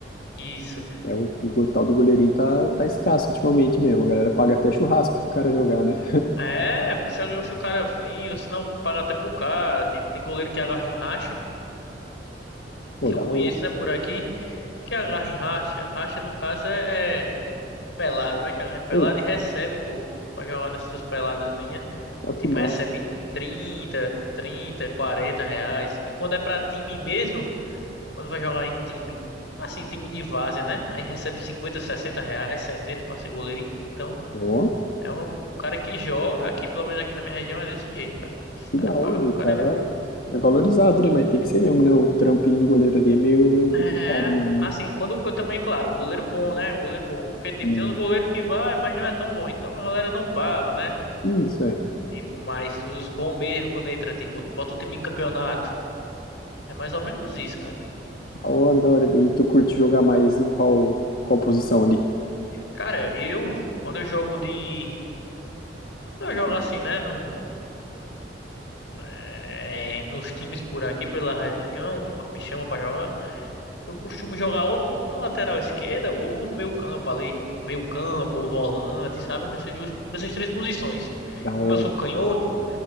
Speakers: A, on the left; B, on the left.
A: isso.
B: É, o, o go- tal do goleirinho tá, tá escasso ultimamente mesmo. A galera paga até churrasco pro cara jogar, né?
A: É, se se o cara vir, ou senão paga até pro cara. Tipo, tem goleiro que agarra em racha,
B: Pô,
A: que eu
B: da
A: conheço,
B: hora.
A: né, por aqui. Que agarra em racha. Racha, no caso, é, é pelada, né? Que agarra em pelada
B: Ei,
A: e recebe, pô, pra jogar nessas peladazinhas.
B: ó que
A: Tipo,
B: massa.
A: recebe 30, 30, 40 reais. E quando é pra time mesmo, quando vai jogar em time, assim, time de várzea, né? Aí recebe 50, 60 reais, 70 pra ser goleiro. Então,
B: ó.
A: é um cara que joga, aqui, pelo menos aqui na minha região, é desse jeito, cara. Os
B: Que
A: caras
B: da hora,
A: pagam pro
B: o
A: cara
B: cara
A: jogar.
B: é é valorizado, né? Mas tem que ser mesmo, né? O trampinho do goleiro ali é meio, meio complicado
A: É,
B: mesmo.
A: assim, quando eu também, claro, o goleiro bom, né? O goleiro bom. Porque, tipo,
B: né?
A: tem uns goleiros que vai, mas não é tão bom. Então a galera não paga, né?
B: É. é Isso, é.
A: Tipo, mas os bons mesmo, quando entra, tipo, bota o time em campeonato. É mais ou menos isso, cara.
B: Da hora, da hora. E tu curte jogar mais em qual, qual posição ali?
A: Cara, eu, quando eu jogo de. Quando eu jogo assim, né? No, é, nos times por aqui, pela região, quando me chamam pra jogar, eu costumo jogar ou na lateral esquerda ou no meio campo ali. Meio campo ou volante, sabe? Nessas duas, po- nessas três posições.
B: Da
A: Como
B: hora,
A: eu sou canhoto.